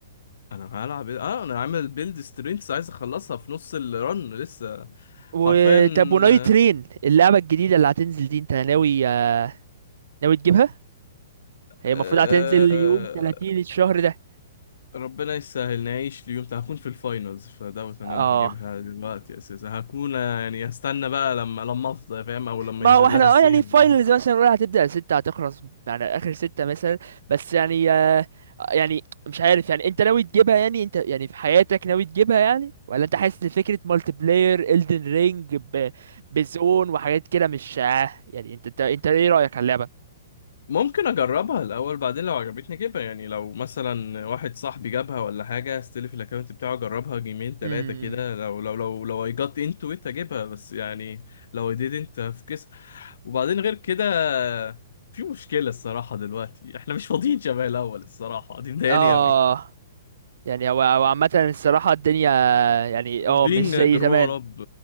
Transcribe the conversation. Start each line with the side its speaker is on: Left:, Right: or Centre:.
Left: انا هلعب ايه؟ اه انا عامل بيلد سترينث عايز اخلصها في نص الرن لسه
Right: وطب
Left: حرفيا
Right: ونايت
Left: آه،
Right: ترين اللعبه الجديده اللي هتنزل دي انت ناوي آه، ناوي تجيبها هي
Left: آه،
Right: المفروض هتنزل يوم 30 الشهر ده
Left: ربنا يسهل نعيش ليوم تا- هكون في الفاينلز فدعوة ان
Right: اه
Left: انا هجيبها دلوقتي اساسا هكون آه، يعني هستنى بقى لما لما افضى فاهم او لما
Right: ما
Left: ينزل
Right: هو احنا
Left: لها السيل
Right: اه يعني فاينلز مثلا الاولى هتبدأ ستة هتخلص يعني اخر ستة مثلا بس يعني آه، يعني مش عارف يعني انت ناوي تجيبها يعني انت يعني في حياتك ناوي تجيبها يعني ولا انت حاسس ان فكرة مالتي بلاير الدن رينج ب... بزون وحاجات كده مش آه، يعني انت انت انت ايه رأيك على اللعبة؟
Left: ممكن اجربها الاول بعدين لو عجبتني اجيبها يعني لو مثلا واحد صاحبي جابها ولا حاجه استلف الاكونت بتاعه اجربها جيمين ثلاثه
Right: امم
Left: كده لو لو لو لو I got into it اجيبها بس يعني لو I didn't هفكس وبعدين غير كده في مشكله الصراحه دلوقتي احنا مش فاضيين شبه الاول الصراحه دي مضايقاني
Right: اه
Left: قوي
Right: يعني هو هو عامة الصراحة الدنيا يعني اه
Left: being
Right: مش زي
Left: a grown
Right: زمان
Left: up